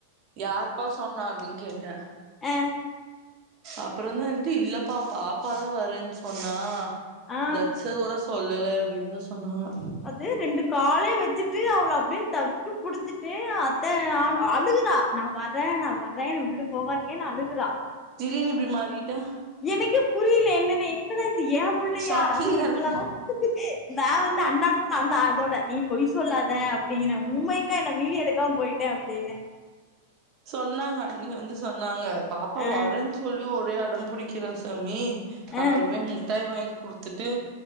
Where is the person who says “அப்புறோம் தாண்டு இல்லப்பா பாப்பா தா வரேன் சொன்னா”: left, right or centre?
Right